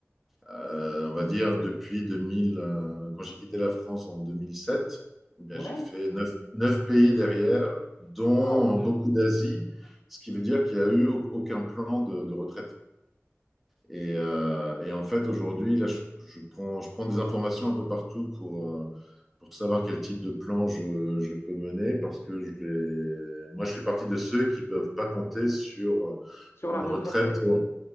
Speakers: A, in the centre; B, on the left.
A: euh, on va dire depuis 2000, euh, quand j'ai quitté la France en 2007, eh bien,
B: Ouais.
A: j'ai fait neuf neuf pays derrière, dont
B: Waouh.
A: beaucoup d'Asie, ce qui veut dire qu'il n'y a eu au- aucun plan de de retraite. Et, euh, et en fait, aujourd'hui, là, je, je prends, je prends des informations un peu partout pour, euh, pour savoir quel type de plan je, je peux mener, parce que je vais... moi, je fais partie de ceux qui ne peuvent pas compter sur
B: Sur
A: une
B: la retraite
A: retraite,
B: des...
A: euh,